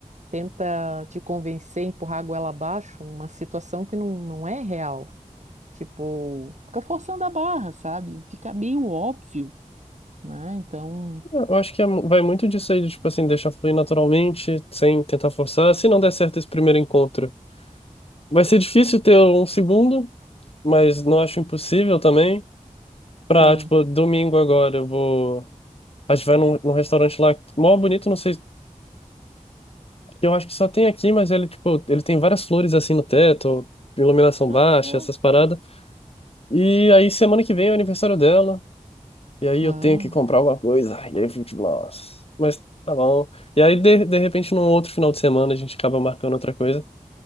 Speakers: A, on the right (about 60°); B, on the left (about 45°).
A: tenta te convencer, empurrar a goela abaixo, uma situação que não, não é real. Tipo, fica forçando a barra, sabe? Fica meio óbvio, né? Então,
B: Eu acho que é mu- vai muito disso aí, de, tipo assim, deixar fluir naturalmente, sem tentar forçar. Se não der certo esse primeiro encontro, vai ser difícil ter um segundo, mas não acho impossível também. Pra,
A: sim.
B: tipo, domingo agora eu vou. A gente vai num, num restaurante lá, mó bonito, não sei. que eu acho que só tem aqui, mas ele, tipo, ele tem várias flores assim no teto, iluminação
A: Ah,
B: baixa,
A: legal.
B: essas paradas. E aí semana que vem é o aniversário dela, e aí
A: Ah,
B: eu tenho que comprar alguma coisa. Ai, e aí eu fico, tipo, nossa. Mas tá bom. E aí, de, de repente, num outro final de semana, a gente acaba marcando outra coisa.